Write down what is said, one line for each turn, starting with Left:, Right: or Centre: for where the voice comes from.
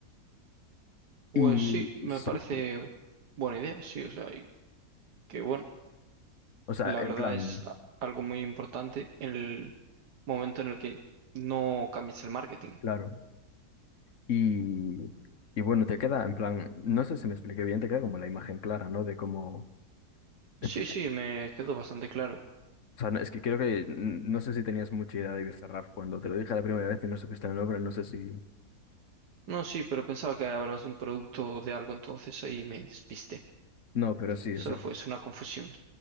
Right: Pues
Left: Y
Right: sí, me
Left: y sí,
Right: parece buena idea, sí, o sea, y que bueno,
Left: o sea,
Right: la
Left: en
Right: verdad
Left: plan,
Right: es a- algo muy importante en el momento en el que no cambies el marketing.
Left: claro. Y, y bueno, te queda, en plan, no sé si me expliqué bien, te queda como la imagen clara, ¿no? De cómo... Es
Right: Sí,
Left: que
Right: sí, me quedó bastante claro.
Left: O sea, no- es que creo que n- no sé si tenías mucha idea de Bizarrap cuando te lo dije la primera vez y no supiste el nombre, no sé si...
Right: No, sí, pero pensaba que hablabas de un producto o de algo, entonces ahí me despisté.
Left: No, pero sí,
Right: Solo
Left: o sea,
Right: fue, es una confusión.